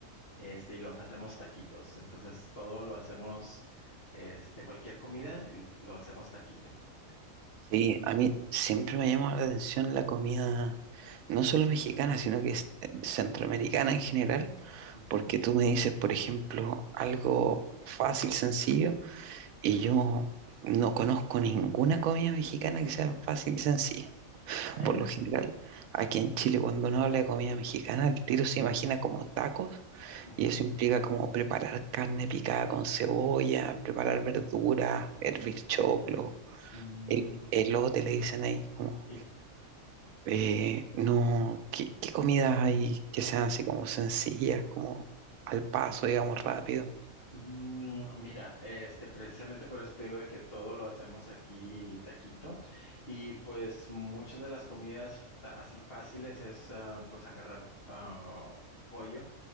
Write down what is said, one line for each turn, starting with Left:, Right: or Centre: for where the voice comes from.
Left: este, y los hacemos taquitos. Entonces todo lo hacemos, este, cualquier comida lo hacemos taquitos.
Right: Sí, a mí siempre me llama la atención la comida, no solo mexicana, sino que es eh, centroamericana en general,
Left: Ujú.
Right: porque tú me dices, por ejemplo, algo fácil, sencillo, y yo no conozco ninguna comida mexicana que sea fácil y sencilla. <laughs>
Left: Eh,
Right: Por lo general, aquí en Chile, cuando uno habla de comida mexicana, el tiro se imagina como tacos,
Left: ujú,
Right: y eso implica como preparar carne picada con cebolla, preparar verduras, hervir choclo
Left: ujú. Mm,
Right: eh, eh, los hoteles dicen ahí como,
Left: sí.
Right: eh, no, ¿qué, qué comidas hay que sean así como sencillas, como al paso, digamos, rápido?
Left: Mm, Mira, este, precisamente por eso te digo de que todo lo hacemos aquí taquito y pues muchas de las comidas ta- así fáciles es ah, pues agarrar ah, pollo,